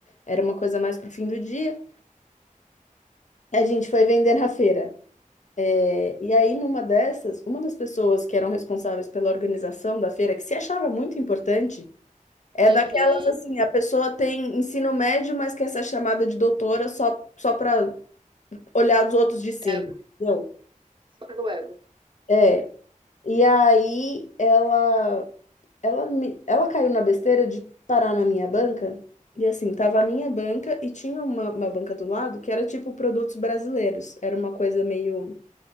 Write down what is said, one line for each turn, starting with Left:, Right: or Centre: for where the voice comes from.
Left: Era uma coisa mais pro fim do dia. A gente foi vender na feira. É, e aí, numa dessas, uma das pessoas que eram responsáveis pela organização da feira, que se achava muito importante, é
Right: Uhum.
Left: daquelas assim, a pessoa tem ensino médio, mas quer ser chamada de doutora só, só para olhar os outros de cima,
Right: Ego.
Left: entendeu?
Right: Só pelo ego.
Left: É. E aí ela ela me, ela caiu na besteira de parar na minha banca. E assim, tava a minha banca e tinha uma, uma banca do lado que era tipo produtos brasileiros. Era uma coisa meio